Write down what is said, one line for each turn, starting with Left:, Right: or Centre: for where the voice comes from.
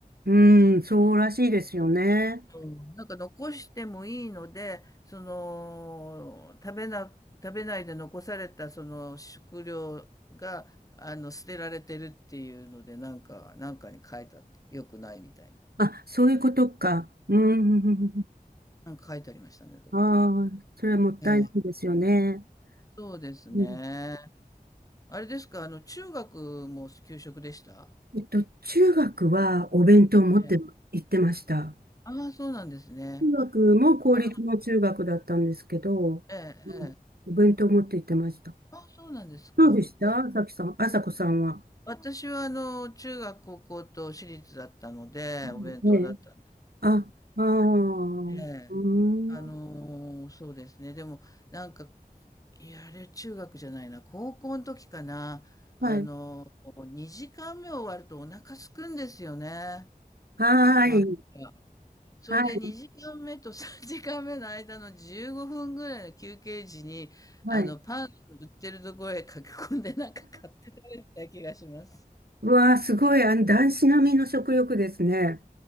Right: うん、そうらしいですよね。
Left: うん、なんか残してもいいので、その、食べな、食べないで残されたその食料が、あの、捨てられてるっていうので、なんか、なんかに書いてあった。よくないみたいに。
Right: あ、そういうことか。うん。
Left: なんか書いてありましたね、どっかに。
Right: ああ、それはもったいないですよね。
Left: ええ、そうですね。
Right: うん、
Left: あれですか、あの、中学も給食でした
Right: えっと、中学はお弁当を持って行ってました。
Left: ええ。ああ、そうなんですね。
Right: 中学も公立の中学だったんですけど、
Left: あの、ええ、
Right: うん、
Left: ええ。
Right: お弁当を持って行ってました。
Left: あ、そうなんですか。
Right: どうでしたさきさん、
Left: え、
Right: あさこさんは。
Left: 私はあの、中学、高校と私立だったので、お弁当だったんですけど、
Right: うんねえ。あ、ああ、うーん。
Left: ええ、あのーそうですね。でも、なんか、いや、あれ中学じゃないな、高校の時かな、あのー、
Right: はい。
Left: 2時間目終わるとお腹すくんですよね。
Right: はーい。
Left: なんか、それで2時間目と3時間目の間の15分ぐらいの休憩時に、
Right: はい。はい。
Left: あの、パン売ってるところへ駆け込んでなんか買って食べてた気がします。
Right: うわあ、すごい、あの、男子並みの食欲ですね。